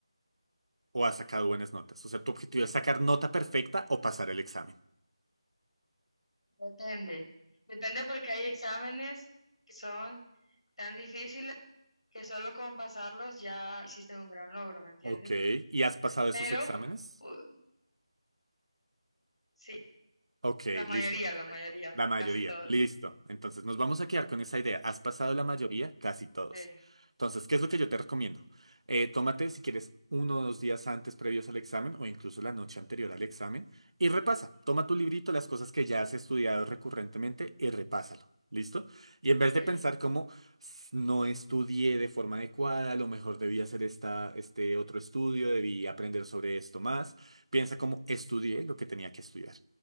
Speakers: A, on the right; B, on the left.
A: o has sacado buenas notas? O sea, tu objetivo es sacar nota perfecta o pasar el examen.
B: Depende, depende porque hay exámenes que son tan difíciles que solo con pasarlos ya hiciste un gran logro, ¿me entiendes?
A: Ok, ¿y has pasado
B: Pero
A: esos exámenes?
B: u- sí,
A: Ok,
B: la mayoría,
A: listo, perfecto.
B: la mayoría,
A: La mayoría,
B: casi todos.
A: listo. Entonces nos vamos a quedar con esa idea. Has pasado la mayoría, casi todos.
B: Okay,
A: Entonces, ¿qué es lo que yo te recomiendo? Eh, tómate, si quieres, uno o dos días antes previos al examen o incluso la noche anterior al examen y repasa. Toma tu librito, las cosas que ya has estudiado recurrentemente y repásalo. ¿Listo? Y en vez
B: okay,
A: de pensar como "S- no estudié de forma adecuada, a lo mejor debí hacer esta, este otro estudio, debí aprender sobre esto más, piensa como estudié lo que tenía que estudiar